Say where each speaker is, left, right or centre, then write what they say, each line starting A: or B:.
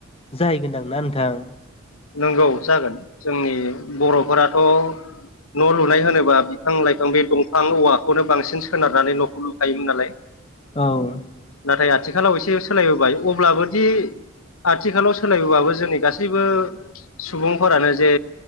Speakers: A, on the left (about 30°); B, on the left (about 85°).
A: जाहैगोनदांनाा नोंथां?
B: नंगौ जागोन जोंनि बर'फोराथ' न' लुनाय होनोबा बिफां लाइफां बे दंफां औवाखौनो बांसिन सोनारनानै न'खौ लुखायोमोन नालाय
A: औ
B: नाथाय आथिखालाव एसे सोलायबोबाय अब्लाबोदि आथिखालाव सोलायबाबो जोंनि गासैबो सुबुंफोरानो जे